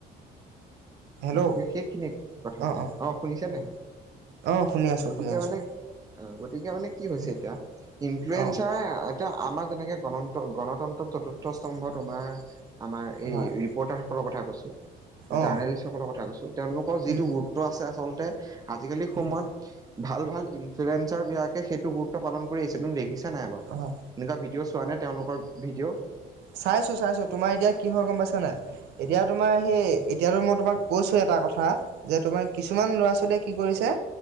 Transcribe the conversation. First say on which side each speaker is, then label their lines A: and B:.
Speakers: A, on the right (about 80°); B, on the right (about 20°).
A: হেল্ল'
B: গতিকে সেইখিনি কথাখিনি,
A: অঁ অঁ
B: অ' শুনিছানে?
A: অ শুনি আছো
B: গতিকে
A: শুনি আছো
B: মানে অ' গতিকে মানে কি হৈছে
A: উম,
B: এতিয়া ইনফ্লয়েঞ্চাৰে
A: অ
B: এতিয়া আমাৰ যেনেকে গণ-গণতন্ত্ৰ চতুৰ্থ স্তম্ভত তোমাৰ আমাৰ এই
A: হয়
B: ৰি পৰ্টাৰসকলৰ কথা কৈছোঁ,
A: অ
B: জাৰ্নেলিষ্টসকলৰ কথা কৈছোঁ, তেওঁলোকৰ যিটো
A: উম
B: গুৰুত্ব আছে আচলতে আজিকালি সময়ত
A: উম
B: ভাল ভাল ইনফ্লয়েঞ্চাৰবিলাকে সেইটো গুৰুত্ব পালন কৰিছে মই দেখিছ নাই বাৰু,
A: হয়
B: এনেকুৱা ভিডিঅ' চোৱানে তেওঁলোকৰ ভিডিঅ'?
A: চাইছোঁ চাইছোঁ, তোমাৰ এতিয়া কি হয় গম পাইছা নাই? এতিয়া তোমাৰ সেই এতিয়াতো মই তোমাক কৈছোঁ এটা কথা যে তোমাৰ কিছুমান ল'ৰা ছোৱালীয়ে কি কৰিছে।